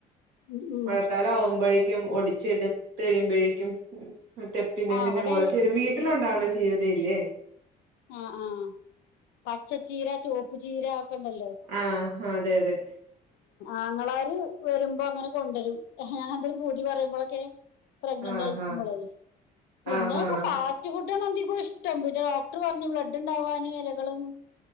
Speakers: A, on the left; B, on the right.
A: ഉം ഉം
B: മഴക്കാലാവുമ്പൊഴേക്കും ഒടി ചെട് ത്ത്ഴിയുമ്പൊഴേക്കും മറ്റെ പ്പിന്നെ
A: ആ
B: പിന്നെ
A: അവിടെ
B: മുളച്ചുവരും വീട്ടിലുണ്ടാവ ജീവനില്ലേ
A: ആഹ് ആഹ് പച്ചച്ചീര, ചോപ്പ് ചീര കണ്ടല്ലോ
B: ആഹ് അതെ അതെ
A: ആങ്ങളാര് വരുമ്പോങ്ങനെ കൊണ്ടരും ഞാ അതൊരു പൂതി പറയുമ്പൊഴൊക്കെ പ്രഗ്നന്റ്
B: ആഹ്
A: ആയിരിക്കുമ്പളെ.
B: ആഹ്
A: പിന്നെക്
B: ആഹ് ആഹ്
A: ഫാസ്റ്റ് ഫുഡണതികോഷ് <unintelligible> ക്ടറ് പറഞ്ഞ് ബ്ലഡ് ഇണ്ടാവാന് എലകളും